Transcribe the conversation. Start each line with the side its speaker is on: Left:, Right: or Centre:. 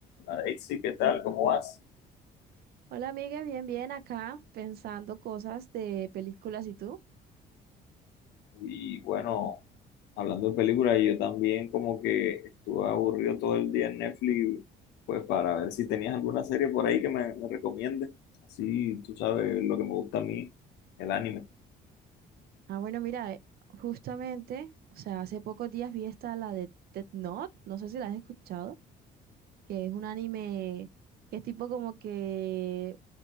Left: Daisy, ¿qué tal? ¿Cómo vas?
Right: Hola, amiga, bien, bien, acá pensando cosas de películas y tú.
Left: Y bueno, hablando de películas, yo también como que estuve aburrido todo el día en Netflix, pues para ver si tenías alguna serie por ahí que me, me recomiendes. Así, tú sabes lo que me gusta a mí, el anime.
Right: Ah, bueno, mira, eh, justamente, o sea, hace pocos días vi esta, la de Death Note, no sé si la has escuchado, que es un anime que es tipo como que